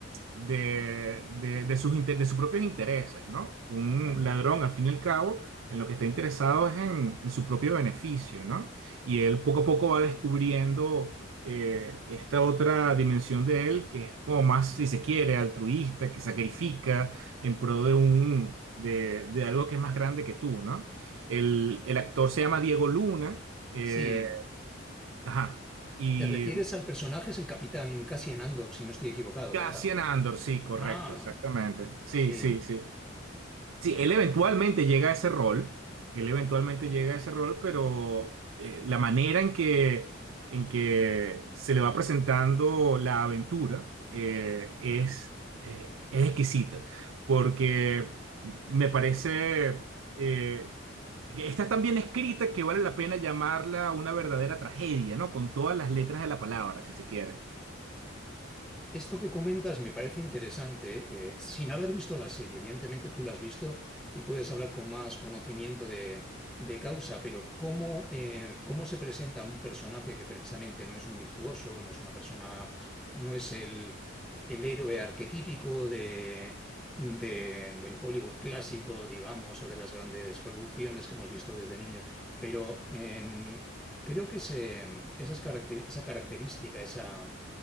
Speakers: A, on the right; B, in the centre.
A: de, de- de sus, inte- de sus propios intereses, ¿no? Un
B: ajá.
A: ladrón, al fin y al cabo, en lo que está interesado es en, en su propio beneficio, ¿no? Y él poco a poco va descubriendo eh, esta otra dimensión de él, que es como más, si se quiere, altruista, que sacrifica en pro de un... De, de algo que es más grande que tú, ¿no? El, el actor se llama Diego Luna, eh,
B: Sí,
A: ajá, y
B: te refieres al personaje, es el capitán Cassian Andor, si no estoy equivocado,
A: Cassian
B: ¿verdad?
A: Andor, sí, correcto,
B: Ah,
A: exactamente. Sí,
B: sí.
A: sí, sí. Sí, él
B: Eh,
A: eventualmente llega a ese rol, él eventualmente llega a ese rol, pero eh, la manera en que, en que se le va presentando la aventura eh, es, eh, es exquisita, porque me parece eh, que está tan bien escrita que vale la pena llamarla una verdadera tragedia, ¿no? Con todas las letras de la palabra, si se quiere.
B: esto que comentas me parece interesante, eh, sin haber visto la serie. Evidentemente tú la has visto y puedes hablar con más conocimiento de, de causa, pero ¿cómo, eh, cómo se presenta un personaje que precisamente no es un virtuoso, no es una persona, no es el, el héroe arquetípico de, de- del Hollywood clásico, digamos, o de las grandes producciones que hemos visto desde niños, pero em, creo que ese- esas caracter- esa característica, esa